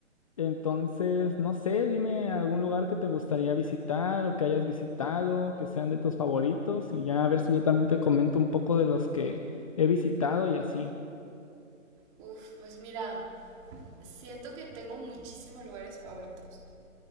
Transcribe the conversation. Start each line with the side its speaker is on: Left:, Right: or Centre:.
Left: Entonces, no sé, dime algún lugar que te gustaría visitar o que hayas visitado, que sean de tus favoritos, y ya a ver si yo también te comento un poco de los que he visitado y así.
Right: Uf, pues mira, siento que tengo muchísimos lugares favoritos,